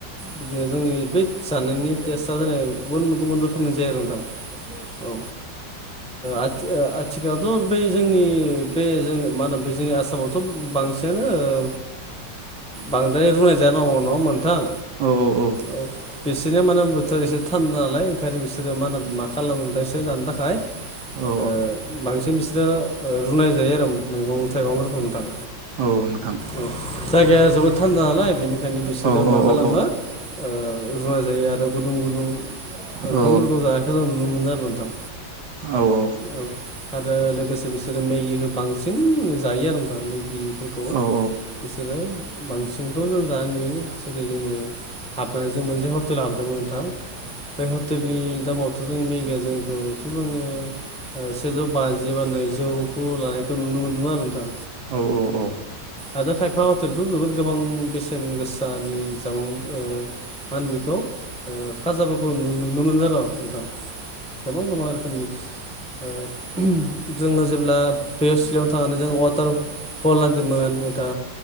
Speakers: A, in the centre; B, on the right.
A: बिदिनो जोंनि बे जानायनि टेस्टआ जोंना गुबुन गुबुन रोखोमनि जायो आरो नोंथां। औ। ओ आथि ओ आथिखालावथ' बै जोंनि बे जों मा होना बे जोंनि आसामावथ' बांसिनानो ओ बांद्राय रुनाय जायान' नंङा होमबा नोंथां?
B: औ औ औ।
A: औ। बिसोरनिया मा होनो बोथोरा एसे थान्दा नालाय ओंखायनो बिसोरो मा होना मा खालामो नोंथां बिसोर जानो थाखाय
B: औ
A: ओ बांसिन बिसोरो ओ रुनाय जायो आरो उम मैगं थाइगंफोरखौ नोंथां।
B: औ नोंथां।
A: <unintelligible> जायगाया जोबोद थान्दा नालाय बेनिखायनो बिसोरो
B: औ
A: मा खालामो
B: औ औ
A: ओ रुनाय जायो आरो गुदुं गुदुं ओंखामफोरखौ
B: औ
A: जानायखौ जों नुनो मोनो आरो नोंथां।
B: औ औ।
A: औ आरो लोगोसे बिसोरो मेगिखौ बांसिन जायो आरो नोंथां मेगिफोरखौ।
B: औ नोंथां औ उम औ
A: बिसोरो बांसिनखौ जों जा नुयो जेरै जोङो हाबना जों मोनसे हटेल लाबोदोंमोन नोंथां बे हटेलनि दामाव थ' जों मेगिया जोंखौथ' जोङो ओ सेजौ बाजि बा नैजौखौ लानायखौ नुनो मोनगोमोन आरो नोंथां।
B: औ औ औ।
A: आरो खायफा हटेलथ' जोबोद गोबां बेसेन गोसानि जामुं ओ मा होनो बेखौ ओ खाजाफोरखौ नु-नुनो मोनो र' नोंथां गोबां गोबां रो खोमनि ओ <unintelligible> जोङो जेब्ला बे सिलं थांनानै जों वाटार फल नायदोंमोन नोंथां।